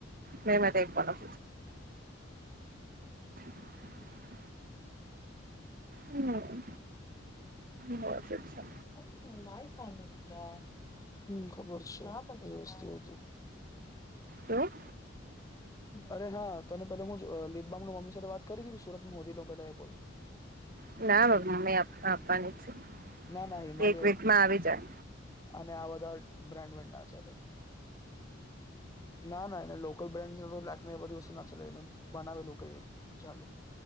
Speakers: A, on the right; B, on the left.
A: ન મે એક પણ <unintelligible> હમ બહુ અજીબ છે
B: અરે ના હમ ખબર છે, આ વ વસ્તુ હતુ
A: હ
B: અરે હા, તને પેલા હુ, લીબા મમ્મી સાથે વાત કરી સુરત મોદી નો પેલા એ બોલ હ
A: ના બાબા મમ્મી આપવાની છે
B: ના, ના હિમાલ
A: એક વીકમાં આવી જાય
B: અને આ બધા બ્રાન્ડ ના, ચાલે ના ના એ લોકલ બ્રાન્ડ લે એ બધી વસ્તુ ના ચાને બનાવેલું કઈ, ચાલે